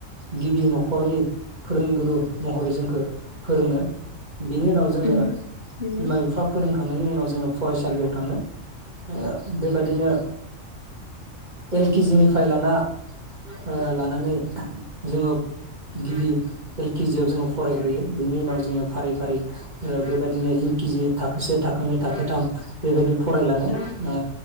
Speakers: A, on the right; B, on the left.
A: गिबि न'खर नखरनि फोरोंगुरु महरै जोंखौ फोरोङो। बेनि उनाव जोङो
B: उम नंगौ
A: बिमा बिफा फोरोंखांनायनि उनाव जोङो। फरायसालियाव थाङो। ओ बेबायदिनो। एल के जि निफ्राय लाना ओ लानानै जोङो गिबि एल केजियाव जोङो फरायग्रोयो बेनि उनाव जोङो फारि फारि ओ बेबायदिनो इउ के जि थाखोसे थाखोनै थाखोथाम बेबायदि फरायलाङो
B: औ
A: ओ